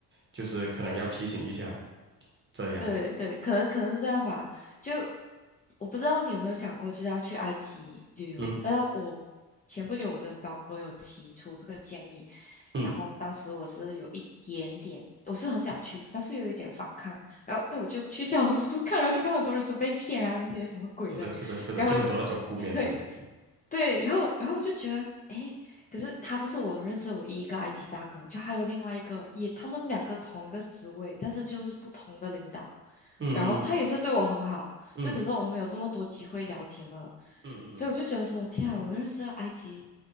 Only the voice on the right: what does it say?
就是可能要提醒一下这样，
嗯
嗯，
是的是的是的，
就很多那种负面的东西，
嗯嗯
嗯嗯
嗯嗯。
嗯